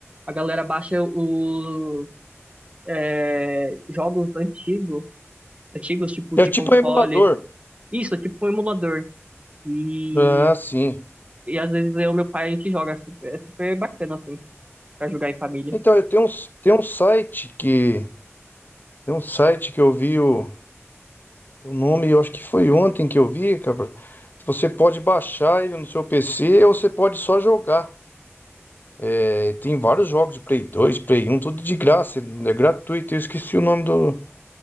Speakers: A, on the right (about 25°); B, on the left (about 40°).
A: a galera baixa os é, jogos antigos, antigos, tipo,
B: É
A: de
B: tipo
A: consoles.
B: um emulador.
A: Isso, é tipo um emulador. E,
B: Ah, sim.
A: e às vezes eu e meu pai a gente joga, é super é super bacana, assim, pra jogar em família.
B: Então, eu tenho um, tem um site que, tem um site que eu vi o O nome, eu acho que foi ontem que eu vi, cara. Você pode baixar ele no seu PC ou você pode só jogar. É, tem vários jogos de Play 2 Play um tudo de graça, é gratuito. Eu esqueci o nome do,